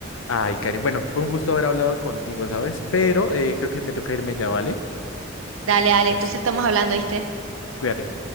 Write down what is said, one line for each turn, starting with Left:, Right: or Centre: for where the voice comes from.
Left: Ay, Cari, bueno, fue un gusto haber hablado contigo, ¿sabes? Pero eh, creo que me toca irme ya, ¿vale?
Right: Dale, dale,
Left: Entonces,
Right: entonces estamos hablando, ¿viste?
Left: bueno, cuídate.